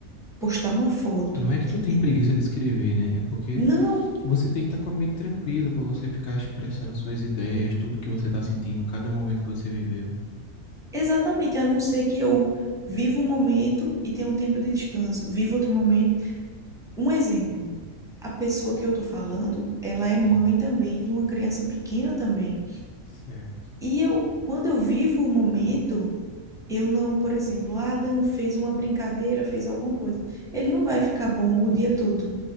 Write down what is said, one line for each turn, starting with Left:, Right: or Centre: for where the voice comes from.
Centre: postar uma foto.
Left: Não é que tu tem
Centre: E
Left: preguiça de escrever, né? É porque
Centre: não,
Left: você tem que estar com a mente tranquila para você ficar expressando suas ideias, tudo que você tá sentindo, cada momento que você viveu.
Centre: exatamente, a não ser que eu viva um momento e tenha um tempo de descanso, viva outro momento. Um exemplo. a pessoa que eu tô falando, ela é mãe
Left: Hum.
Centre: também de uma criança pequena também.
Left: Certo.
Centre: E eu, quando eu vivo o momento, eu não, por exemplo, "Ah, Adam fez uma brincadeira, fez alguma coisa. Ele não vai ficar bom o dia todo.